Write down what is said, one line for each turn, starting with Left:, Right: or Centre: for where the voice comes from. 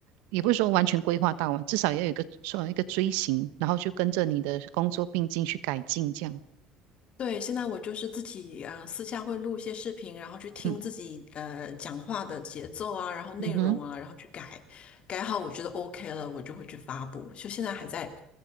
Right: 也不是说完全规划到啊，至少要有一个说一个锥形，然后就跟着你的工作并进去改进这样。
Left: 对，现在我就是自己啊，私下会录一些视频，然后去听自己呃讲话的节奏啊，
Right: 嗯
Left: 然后内容啊，
Right: 嗯哼，
Left: 然后去改，改好我觉得 OK 了，我就会去发布。就现在还在